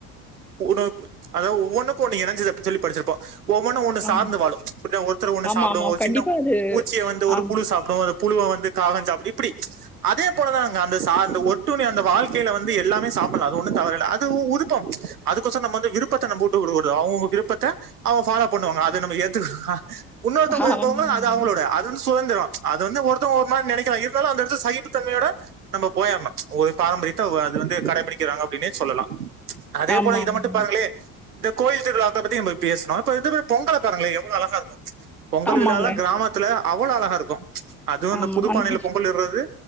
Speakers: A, on the right; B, in the centre.
A: ஒன்னு கு அதாவ் ஒவ்வொண்ணுக்கு ஒண்ணு இணஞ்சித் அப் சொல்லி படிச்சிருப்போ ஒவ்வொன்னொ ஒண்ணு
B: ஆமா.
A: சார்ந்து வாழு ப்பிட்தா ஒருத்தர ஒண்ணு
B: ஆமாமா.
A: சாப்பிடு ஒரு
B: கண்டிப்பா
A: சின்ன
B: அது
A: பூச்சிய வந்து ஒரு
B: ஆமா.
A: புழு சாப்டோ அது புழுவ வந்து காகஞ் சாப்பிடு இப்பிடி அதே போலதா அங் அந்த சார்ந்த ஒட்டுணி அந்த வாழ்க் கைல வந்து எல்லாமே சாப்பில்லா அது ஒன்னு தவறில்ல அது உ உருப்பம் அதுக் கோச நம் வந்து விருப் பத்த நம்ப வுட்டுகுடுக்க கூடாது அவுங்க விருப்பத்த அவுங்க ஃபாலோ பண்ணுவாங்க அத நம்ம ஏத்துக்கணு உன்னொருத்தவங்க
B: ஆமாங்க.
A: இருப்பவங்க அது அவுங்களோட அது வந்து சுதந்திரோ அது வந்து ஒருத்த ஒரு மார் நெனைக்லா இருந்தாலு அந்த எடத்ல சகிப்பு தன்மையோட நம்ம போயர்னோ ஒரு பாரம்பரிய த்த அது வந்து கடைபிடிக்கிறாங்க அப்டின்னே சொல்லலா அதே
B: ஆமாமா.
A: போல இத மட்டு பாருங்களே இந்த கோயில் திருவிழா அத்த பத்தி நம்ப பேசுனோ அப்ப இந்த மாரி பொங்கல பாருங்களே எவ்ளோ அழகாருக்கோ பொங்கல்
B: ஆமாங்க.
A: விழால்லா கிராமத்துல அவ்வளோ அழகாருக்கு அதுவு இந்த
B: ஆமா.
A: புதுப்பானையில
B: ஆனா-
A: பொங்கல் இற்றது